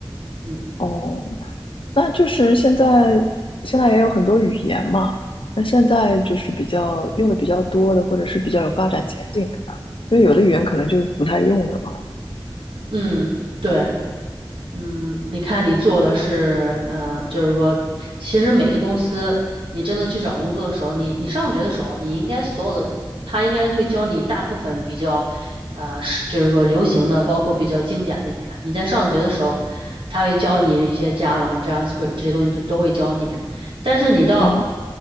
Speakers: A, on the right; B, on the left.
A: 嗯
B: 哦，那就是现在现在也有很多语言嘛，那现在就是比较用的比较多的，或者是比较有发展前景的呢，因为有的语言可能就是不太用了嘛。
A: 嗯，对，嗯，你看你做的是，呃，就是说，其实每个公司，你真的去找工作的时候，你你上学的时候，你应该所有的，他应该会教你大部分比较，呃，是就是说流行的，包括比较经典的语言。你在上学的时候，他会教你一些 Java、JavaScript 这些东西都都会教你，但是你到
B: 哦，